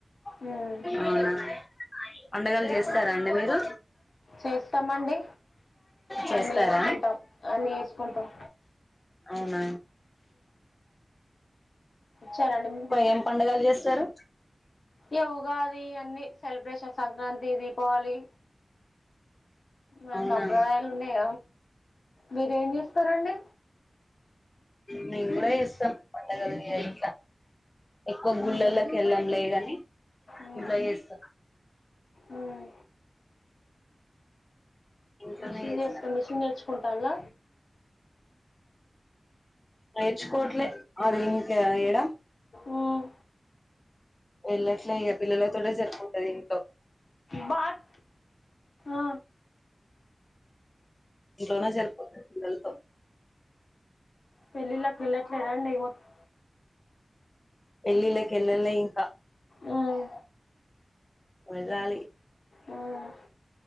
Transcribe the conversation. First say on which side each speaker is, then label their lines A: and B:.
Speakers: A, on the left; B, on the left.
A: ఉమ్
B: అవున పండగలు
A: ఉమ్
B: చేస్తార అండి మీరు
A: చేస్తామండి
B: చేస్తార
A: అన్నీ చేసుకుంటాం అన్నీ చేసుకుంటాం
B: అవున
A: చరణం
B: ఏం పండగలు చేస్తారు
A: ఏ ఉగాది ఈ అన్ని సెల్బ్రేషన్ సంక్రాంతి దీపావళి మన
B: అవునా
A: సంప్రదాయాలు ఉన్నాయి మీరేం చేూస్తారండి
B: నేన్ గూడ చేస్తాం పండగలిగి అయి ఎక్కువ గుళ్ళల్లకి
A: ఆహా
B: వెళ్ళం గె ది
A: మ్మ్
B: ఇలా ఎస్త
A: మ్మ్
B: ఇంట్లోనే
A: మిషెన్
B: చేస్తాను
A: చేస్తాం మిషన్ నేర్చుకుంటాల్య
B: నేర్చుకోవట్లే అది ఇంక ఏడ
A: మ్మ్
B: వెళ్ళట్లే ఇక పిల్లలతో టె సరిపోతాది ఇంట్లో
A: బాత్ అ
B: ఇంట్లోనే సరిపోతుారు పిల్లలతో
A: పెళ్ళిలకి వెళ్ళట్లేదండి మొత్తం
B: పెల్లిలకి ఎల్లలే ఇంక
A: మ్మ్
B: వదాలి
A: మ్మ్